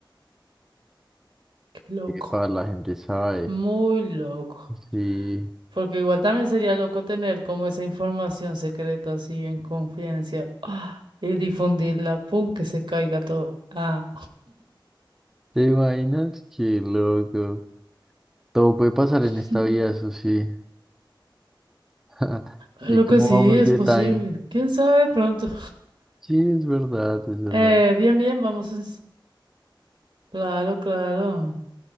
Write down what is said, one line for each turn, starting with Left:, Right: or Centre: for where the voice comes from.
Right: Qué loco.
Centre: Para la gente sabe.
Right: Muy loco.
Centre: Sí.
Right: Porque igual también sería loco tener como esa información secreta así en confidencia ¡ah! y difundirla, pum, que se caiga todo. Ah,
Centre: ¿Te imaginas? Qué loco. Todo puede pasar
Right: <laughs>
Centre: en esta vida, eso sí. <laughs>
Right: lo
Centre: ¿Y cómo
Right: que sí
Centre: vamos
Right: es
Centre: de
Right: posible.
Centre: time?
Right: ¿Quién sabe pronto?
Centre: Sí, es verdad, es verdad.
Right: Eh, bien, bien, vamos. en s- Claro, claro.